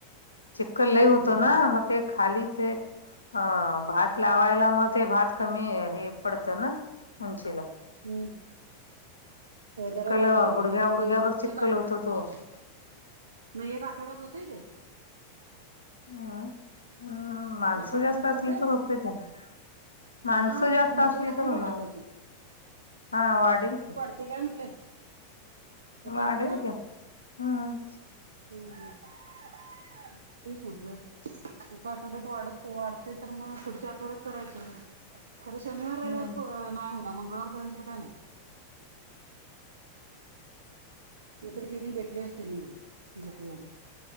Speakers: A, on the left (about 80°); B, on the right (about 70°).
A: चिककल
B: हम्म
A: लई
B: हम्म
A: होतो ना मग ते खाली ते अ भात लावायला मग ते भात कमी हे पडतं ना उंचीला
B: हम्म हो
A: चिक्कल
B: जरा लांब व्हायला
A: गुडघ्या
B: पाहिजे मग
A: गुडघ्या
B: ते एक एक
A: बघ चिक्कल
B: आठवड्यात
A: होतो तो.
B: मी एक आठवड्यात होतेय ते
A: हा हम् माणसं
B: एक आठवड्यामध्ये
A: जास्त
B: होतय
A: असली तर होते त्यांना माणसं
B: ह हा
A: जास्त
B: उंची
A: असली
B: वाढते
A: तर होन
B: काय भाताची
A: हा वाढेल की
B: ते काय म्हटलं
A: वाढल
B: एका आठवड्यात
A: का हम्म
B: हम् हम् तेश म्हटलं एका आठवड्यात वाढत वाढते तर मगं पुढच्या आठवड्यात करायचं. तरर शनिवार रविवार
A: हम्म
B: नाही हो ना मंगळवारपर्यंत काय नाही नंतर हेि भेटले असते एवढे ही लोक एवढी